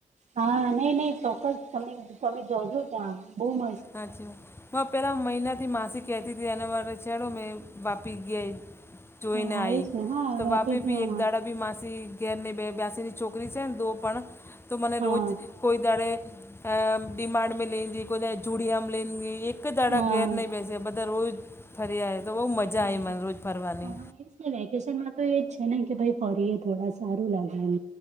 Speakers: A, on the right (about 50°); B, on the left (about 15°).
A: હા નહી નહી ચોક્કસ તમે તમે જોજો ત્યાં બહુ મ
B: હાચી વાત પહેલાં મહિનાથી માસી કેતીતી અને મા છેડો મે વાપી ગઈ જોઈને
A: હા
B: આવી
A: એજ ને હા
B: તો વાપી બી
A: હા
B: એક દાડાબી માસી ઘેરની બે બે્યાસીની છોકરી છે ને દો પણ તો મને
A: હા
B: રોજ કોઈ દારે ડીમાડ મે લેગી કોઈ દ ચુડિયામાં લી એક એક દાડા
A: હા
B: ઘેર નહીં બેસે બધા રોજ ફર્યા તો બહુ મજા
A: હા
B: આવી મને રોજ ફરવાની.
A: હા એજ વેકેશનમાં તો એ જ છે ને કે ભઈ ફરી એ થોડા સારું લાગે એમ.